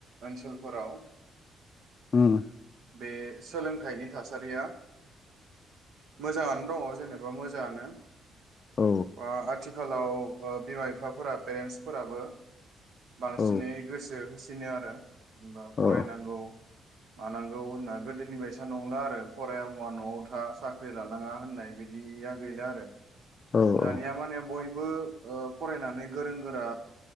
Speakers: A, on the right; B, on the left.
A: ओनसोलफोराव
B: उम
A: बे सोलोंथाइनि थासारिया मोजाङानो दङ जेनेब बा मोजाङानो।
B: औ
A: अ आथि खालाव ओ बिमा बिफाफोरा पेरेन्टसफोराबो बांसिनै
B: औ
A: गोसो होस दिनो आरो एबा फरायनांगौ।
B: औ
A: मानांगौ होनना गोदोनि बायसा नंला आरो फराया मुवा न'आव था साख्रि लानाङा होननाय बिदिया गैला आरो
B: औ
A: दानिया
B: औ
A: माने बय बो ओ फरायनानै गोरों गोरा